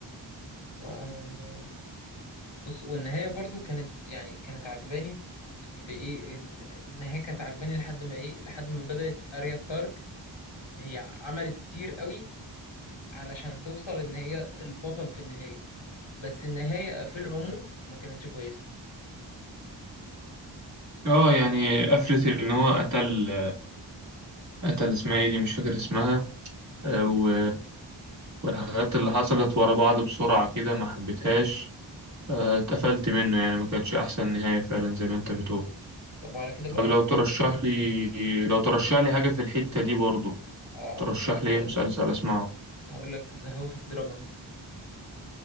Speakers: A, on the left (about 75°); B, on the right (about 35°).
A: و- بص والنهاية برضو كانت يعني كانت عجباني في ايه ال- النهاية كانت عجباني لحد ما ايه لحد ما بدأت أريا ستارك هي عملت كتير قوي علشان توصل ان هي البطل في النهاية بس النهاية في العموم ما كانتش كويسة
B: اه يعني قفلة إن هو قتل قتل اسمها ايه دي مش فاكر اسمها آه، و... والحاجات اللي حصلت ورا بعض بسرعة كده ما حبيتهاش آه، اتقفلت منه يعني ما كانتش أحسن نهاية فعلا زي ما أنت بتقول
A: طب وعلى كده
B: طب
A: بقى
B: لو
A: يا
B: ترشح
A: سوق،
B: لي لو ترشح لي حاجة في الحتة دي برضو
A: اه
B: ترشح
A: كنت لسه
B: لي
A: هقول
B: ايه مسلسل
A: لك
B: اسمعه
A: كنت هقول لك ذا هاوس اوف دراجونز